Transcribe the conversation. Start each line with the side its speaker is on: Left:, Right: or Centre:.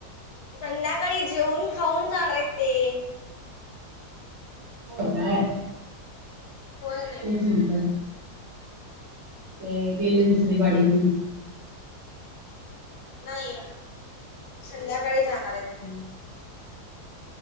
Left: संध्याकाळी जेवून खाऊन जाणार आहेत ते.
Right: होयं काय.
Left: हो नाही.
Right: तेच म्हटलं ते गेले दुसरी गाडी घेऊन.
Left: नाही संध्याकाळी जाणार आहे.
Right: हम्म,